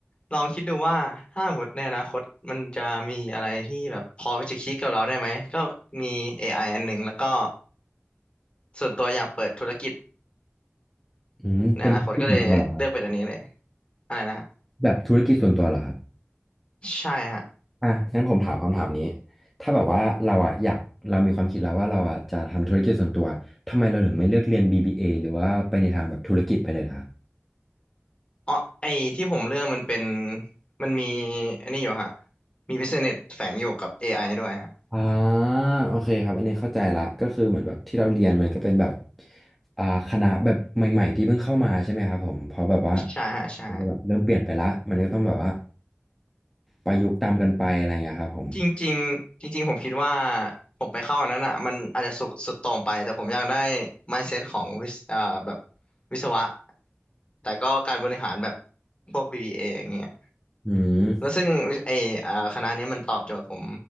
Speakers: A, on the left; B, in the centre.
A: ลองคิดดูว่าถ้าหมดในอนาคตมันจะมีอะไรที่แบบพอจะคิดกับเราได้ไหมก็มี AI อไออันหนึ่งแล้วก็ส่วนตัวอยากเปิดธุรกิจ
B: อืมเป็นธุรกิจส่วนตัวเหรอครับ
A: ในอนาคตก็เลยเลือกเป็นอันนี้เลยอะไรนะฮะ
B: แบบธุรกิจส่วนตัวเหรอครับ
A: ใช่ฮะ
B: อ่ะงั้นผมถามคำถามนี้ ถ้าแบบว่าเราอ่ะอยากเรามีความคิดแล้วว่าเราอ่ะจะทำธุรกิจส่วนตัว ทำไมเราถึงไม่เลือกเรียน BBA หรือว่าไปในทางแบบธุรกิจไปเลยล่ะครับ
A: อ๋อไอที่ผมเลือกมันเป็นมันมีอันนี้อยู่ฮะมี business แฝงอยู่กับ AI ด้วยฮะ
B: อ่าโอเคครับ อันนี้เข้าใจละก็คือเหมือนแบบที่เราเรียนมันก็เป็นแบบอ่าคณะแบบใหม่ๆที่เพิ่งเข้ามาใช่ไหมครับผมเพราะแบบว่า
A: ใช่ฮะใช่
B: มันก็แบบเริ่มเปลี่ยนไปละมันก็ต้องแบบว่าประยุกต์ตามกันไปอะไรเงี้ยครับผม
A: จริงๆจริงๆผมคิดว่าผมไปเข้าอันนั้นอ่ะมันอาจจะสุดสุดโต่งไปแต่ผมอยากได้ mindset ของวิศเอ่อแบบวิศวะแต่ก็การบริหารแบบพวก BBA ออย่างเงี้ย
B: อืม
A: แล้วซึ่งไอเอ่อคณะเนี้ยมันตอบโจทย์ผม